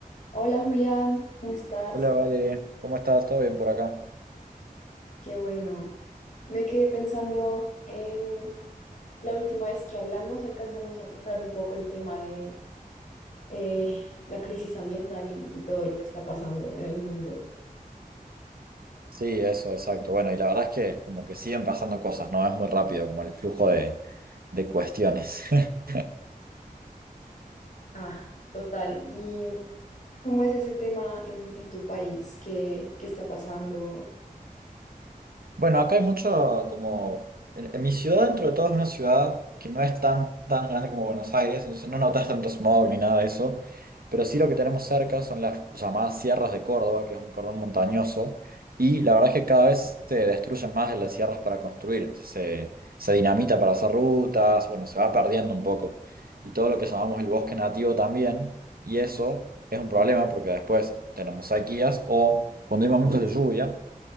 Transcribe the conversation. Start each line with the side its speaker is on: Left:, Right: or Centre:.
Left: Hola Julián, ¿cómo estás?
Right: Hola, Vale, ¿cómo estás? ¿Todo bien por acá?
Left: Qué bueno. Me quedé pensando en la última vez que hablamos, alcanzamos a tocar un poco el tema de eh, la crisis ambiental y, y todo lo que está pasando en el mundo.
Right: Sí, eso, exacto. Bueno, y la verdad es que como que siguen pasando cosas, ¿no? Es muy rápido como el flujo de, de cuestiones. <laughs>
Left: Ah, total. ¿Y cómo es ese tema en, en tu país? ¿Qué, qué está pasando?
Right: Bueno, acá hay mucho como... En, en mi ciudad, dentro de todo, es una ciudad que no es tan, tan grande como Buenos Aires, entonces no notas tanto smog ni nada de eso, pero sí lo que tenemos cerca son las llamadas Sierras de Córdoba, que es un cordón montañoso, y la verdad es que cada vez se destruyen más de las sierras para construir, entonces se, se dinamita para hacer rutas, bueno, se va perdiendo un poco, y todo lo que llamamos el bosque nativo también, y eso es un problema porque después tenemos sequías o cuando hay momentos de lluvia.